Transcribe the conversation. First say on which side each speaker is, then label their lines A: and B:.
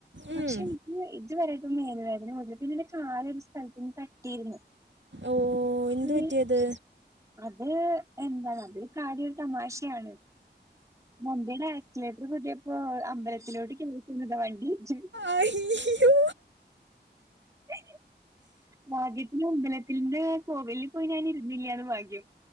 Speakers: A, on the right (about 80°); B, on the right (about 15°).
A: ഉം.
B: പക്ഷെ എനിക്ക് ഇതുവരെയായിട്ടും മേലുവേദന പോയിട്ടില്ല പിന്നെ <unintelligible> കാലൊരു സ്ഥലത്തില് തട്ടിയിരുന്നു
A: ഓഹ്
B: അപ്പനി
A: എന്തുപറ്റി അത്
B: അത് എന്താ അതൊരു കാര്യം തമാശയാണ് മുമ്പിലായി അക്സിലേറ്റർ കൂട്ടിയപ്പോ അമ്പലത്തിലോട്ട് <unintelligible> വണ്ടി <unintelligible>
A: അയ്യോ
B: അ ഭാഗ്യത്തിന് അമ്പലത്തിന്റെ കോവലിൽ പോയി ഞാൻ ഇരുന്നില്ലന്ന് ഭാഗ്യം